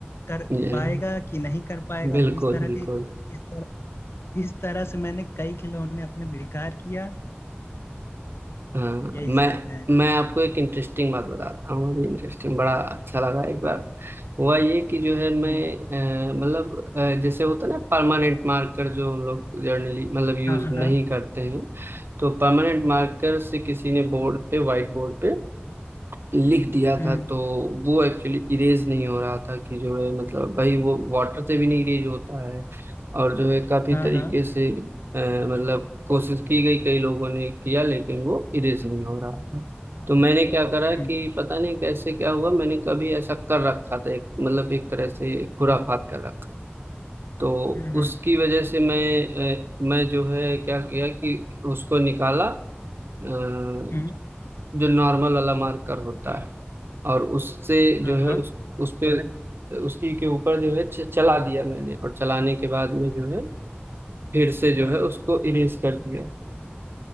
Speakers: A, on the left; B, on the right.
A: कर
B: ये
A: पाएगा कि नहीं कर पाएगा
B: बिल्कुल
A: इस तरह
B: बिल्कुल
A: की इस तरह इस तरह से मैंने कई खिलौने अपने बेकार किया
B: हाँ
A: यही सब
B: मैं
A: है
B: मैं आपको एक इंटरेस्टिंग बात बताता हूँ मुझे इंटरेस्टिंग बड़ा अच्छा लगा एक बार
A: हाँ
B: हुआ ये कि जो है मैं
A: हम्म
B: अ, मतलब अ, जैसे होता है ना परमानेंट मार्कर जो हम लोग जर्नली मतलब यूज
A: हाँ
B: नहीं
A: हाँ
B: करते हैं तो परमानेंट मार्कर से किसी ने बोर्ड पे व्हाइट बोर्ड पे लिख दिया
A: हम्म
B: था तो वो एक्चुअली इरेज नहीं हो रहा था कि जो है मतलब भाई वो वाटर से भी नहीं इरेज होता है और जो है काफी
A: हाँ
B: तरीके
A: हाँ
B: से अ, मतलब कोशिश की गई कई लोगों ने किया लेकिन वो इरेज नहीं हो रहा था तो मैंने क्या करा कि
A: हम्म
B: पता नहीं कैसे क्या हुआ मैंने कभी ऐसा कर रखा था एक मतलब एक तरह से खुराफात कर रखा था। तो
A: हम्म हम्म
B: उसकी वजह से मैं अ, मैं जो है क्या किया कि उसको निकाला अ, जो
A: हम्म,
B: नॉर्मल वाला मार्कर होता है और उससे
A: हाँ
B: जो है
A: हाँ
B: उस उस पे उसकी के ऊपर जो है च- चला दिया मैंने और चलाने के बाद में जो है फिर से जो
A: हम्म
B: है उसको इरेज कर दिया